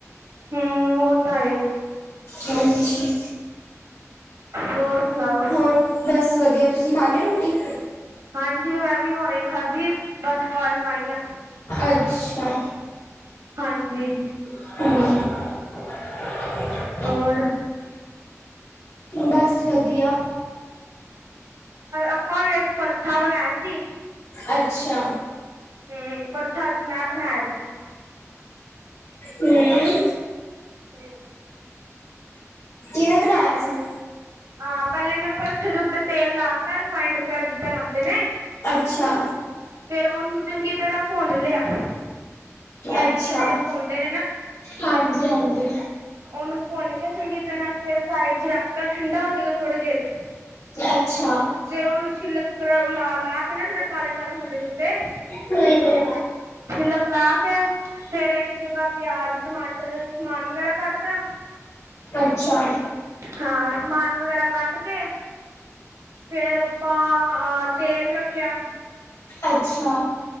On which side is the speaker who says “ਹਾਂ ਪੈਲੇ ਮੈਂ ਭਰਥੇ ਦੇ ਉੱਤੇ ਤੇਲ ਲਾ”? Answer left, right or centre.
Right